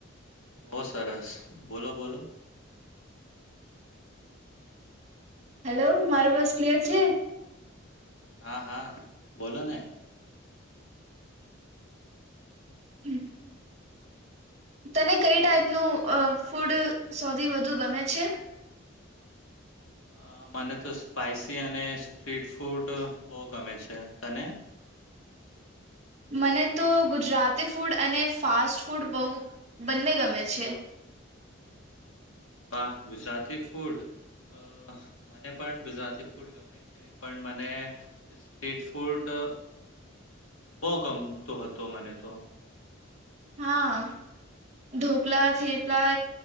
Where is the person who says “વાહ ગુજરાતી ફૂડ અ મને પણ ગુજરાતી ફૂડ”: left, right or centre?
Left